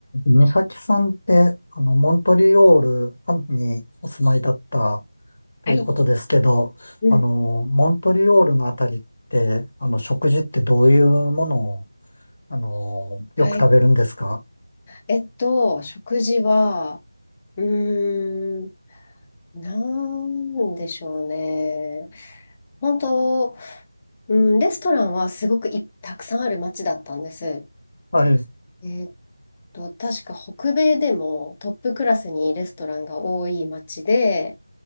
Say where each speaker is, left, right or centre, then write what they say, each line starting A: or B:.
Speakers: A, on the left; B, on the left.
A: 美咲さんって、あの、モントリオールにお住まいだったということですけど、
B: はい。うん。
A: あの、モントリオールのあたりって、あの、食事ってどういうものを、あの、よく食べるんですか
B: はい。えっと、食事は、うーん、なんでしょうね。本当、うん、レストランはすごくいたくさんある街だったんです。
A: はい。
B: えっと、確か北米でもトップクラスにレストランが多い街で、